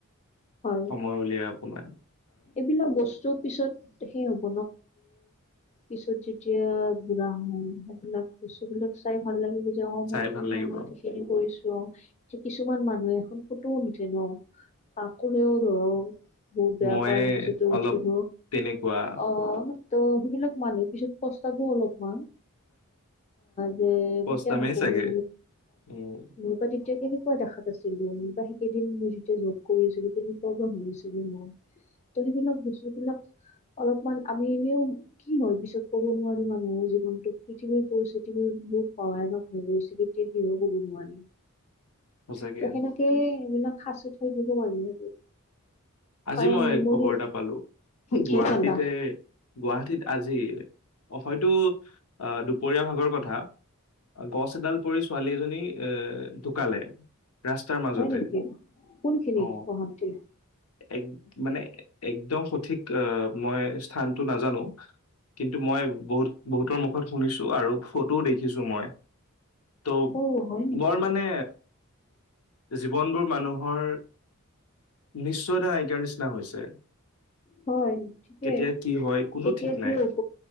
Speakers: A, on the left (about 30°); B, on the left (about 75°).
A: হয়
B: সময় উলিয়াই অকণমান
A: এইবিলাক বস্তু পিছত সে হ'ব পিছত যেতিয়া বুঢ়া হম সেইবিলাক বস্তু বিলাক চাই ভাল লাগে সেইখিনি
B: চাই ভাল লাগিব
A: সময়ত এইখিনি কৰিছো এ কিছুমান মানুহে এখন ফুটো নুঠে ন আ কলেও ধৰ হ ত
B: মই
A: পতে
B: অলপ
A: উঠিব
B: তেনেকুৱা
A: অ ত সেইবিলাক মানুহ পিছত প্ৰস্তাৱো অলপ যে
B: পস্তামেই
A: মই কিয় নকৰো
B: চাগে উম
A: মই কা তেতিয়া কেনেকুৱা দেখাত আছিলো বা সেইকেইদিন মই যেতিয়া জব কৰিছিলো কেনেকুৱা বা হৈছিলো মই ত সবিলাক ব্তুবিলাক অলপমান আমি এনেও কি হয় পিছত কব নোৱাৰি মানুহৰ জীৱনটো পৃথিৱীৰ পৰিস্থিতি বোৰ বহুত ভয়ানক হৈ গৈছে কেতিয়া কি হয় কব নোৱাৰি
B: সঁচাকে
A: ত' সেনেকে সেইবিলাক সাচি থৈ দিব পাৰি আৰু
B: আজি
A: কাৰণ
B: মই
A: মেমৰি
B: খবৰ এটা পালো গুৱাহাটীতে
A: কি পালা
B: গুৱাহাটীত আজি হয়তো আহ দুপৰীয়া ভাগৰ কথা গছ এডাল পৰি ছোৱালী এজনী এ ঢুকালে ৰাস্তাৰ মাজতে
A: হয় নেকি কোনখিনি
B: অ
A: পাহাৰতে
B: এক মানে একদম সঠিক মই স্থানতটো নাজানো কিন্তু মই বহুত বহুতৰ মুখত শুনিছো আৰু ফটোও দেখিছো মই ত'
A: অ হয় নেকি
B: বৰ মানে জীৱনবোৰ মানুহৰ নিশ্চ নাইকিয়া‌ নিচিনা হৈছে
A: হয় থিকেই
B: কেতিয়া কি হয় কোনো
A: কেতিয়া
B: ঠিক
A: কি
B: নাই
A: হ'ব